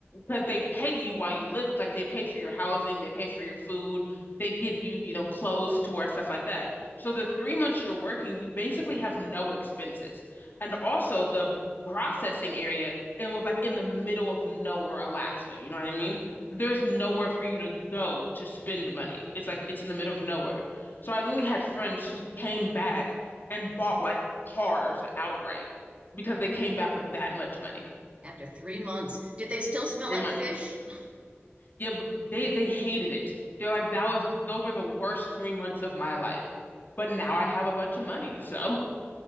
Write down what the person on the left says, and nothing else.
because they pay you while you live, like they pay for your housing, they pay for your food, they give you, you know, clothes to wear, stuff like that. So the three months you're working, you basically have no expenses. And also the processing area, it was like in the middle of nowhere, Alaska. You know what I mean? There's nowhere for you to go to spend money. It's like it's in the middle of nowhere. So I literally had friends who came back and bought like cars outright because they came back with that much money.
Three
months.
Yeah, but they they hated it. They're like, that was those were the worst three months of my life. But now I have a bunch of money. <laughs> So,